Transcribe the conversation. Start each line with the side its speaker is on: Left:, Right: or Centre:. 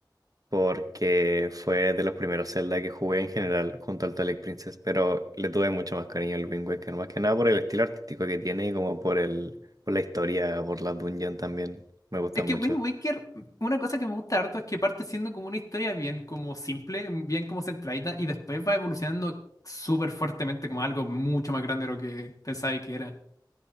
Right: porque fue de los primeros Zelda que jugué en general junto al Twilight Princess, pero le tuve mucho más cariño al Wind Waker, más que nada por el estilo artístico que tiene y como por el, por la historia, por la dungeon también, me gusta
Left: Es
Right: mucho.
Left: que Wind Waker, una cosa que me gusta harto es que parte siendo como una historia bien como simple, bien como centradita, y después va evolucionando súper fuertemente como algo mucho más grande de lo que pensaba que era.